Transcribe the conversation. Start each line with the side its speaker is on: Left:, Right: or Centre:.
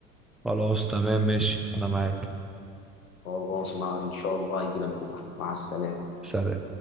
Centre: خلاص تمام ماشي انا معاك
Left: خلاص مع إن شاء الله هيجي لك بكرة مع السلامة
Centre: سلام